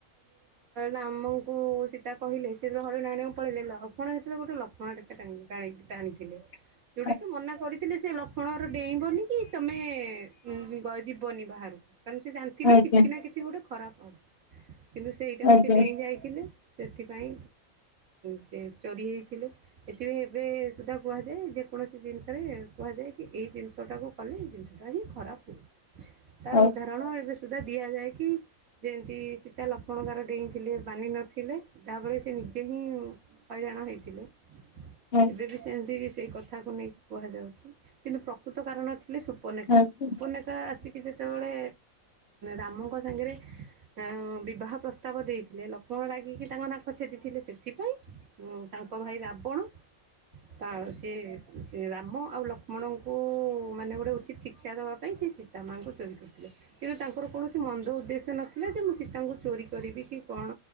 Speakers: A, on the right; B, on the left.
A: ରାମଙ୍କୁ ସୀତା କହିଲେ ସେ ଯେତେବେଳେ ହରିଣ ଆଣିବାକୁ ପଳେଇଲେ ଲକ୍ଷ୍ମଣ ଯେତବେଳେ ଗୋଟେ ଲକ୍ଷ୍ମଣ ରେଖା ଟାଣିଲେ। ଟାଣି ଟାଣିଥିଲେ।
B: <inaudible>
A: ଯଉଟା କି ମନା କରି ସେ ଲକ୍ଷ୍ମଣ ଗାର ଡେଇଁବନି କି ତମେ ଗ ଯିବନି ବାହାରକୁ। କାରଣ ସେ ଜାଣିଥିଲେ
B: ଆଜ୍ଞା
A: କିଛି ନା କିଛି ଗୋଟେ ଖରାପ ହବ କିନ୍ତୁ ସେଇଟାକୁ
B: ଆଜ୍ଞା
A: ସେ ଡେଇଁ ଯାଇ ଥିଲେ ସେଥିପାଇଁ ସେ ଚୋରି ହେଇଥିଲେ ଏଥିପାଇଁ ଏବେ ସୁଧା କୁହାଯାଏ ଯେକୌଣସି ଜିନିଷରେ କୁହାଯାଏ କି ଏଇ ଜିନିଷଟାକୁ କଲେ ଏ ଜିନିଷଟା ହିଁ ଖରାପ ହୁଏ। ତାର
B: ଆଉ
A: ଉଦାହରଣ ଏବେ ସୁଧା ଦିଆଯାଏ କି ଯେମିତି ସୀତା ଲକ୍ଷ୍ମଣଙ୍କ ଡେଇଁ ଥିଲେ ମାନିନଥିଲେ ଯାହାଫଳରେ ସେ ନିଜେ ହିଁ ହଇରାଣ ହେଇଥିଲେ। ଏବେ
B: ଆଜ୍ଞା
A: ବି ସେମିତି ସେଇ କଥାକୁ ନେଇକି କୁହାଯାଉଚି କିନ୍ତୁ ପ୍ରକୃତ କାରଣ ଥିଲେ ସୁ ଉପନେକା
B: ଆଜ୍ଞା
A: ଉପନେକା ଆସିକି ଯେତେବେଳେ ରାମଙ୍କ ସାଙ୍ଗରେ ଆ ବିବାହ ପ୍ରସ୍ତାବ ଦେଇଥିଲେ ଲକ୍ଷ୍ମଣ ରାଗିକି ତାଙ୍କ ନାକ ଛେଦିଥିଲେ ସେଥିପାଇଁ ତାଙ୍କ ଭାଇ ରାବଣ ତା ସେ ସେ ରାମ ଆଉ ଲକ୍ଷ ଲକ୍ଷ୍ମଣ ଙ୍କୁ ମାନେ ଗୋଟେ ଉଚିତ୍ ଶିକ୍ଷା ଦେବା ପାଇଁ ସେ ସୀତା ମାଙ୍କୁ ଚୋରି କରିଥିଲେ। କିନ୍ତୁ ତାଙ୍କର କୌଣସି ମନ୍ଦ ଉଦ୍ଦେଶ୍ୟ ନଥିଲା ଯେ ମୁଁ ସୀତାଙ୍କୁ ଚୋରି କରିବି କି କଣ?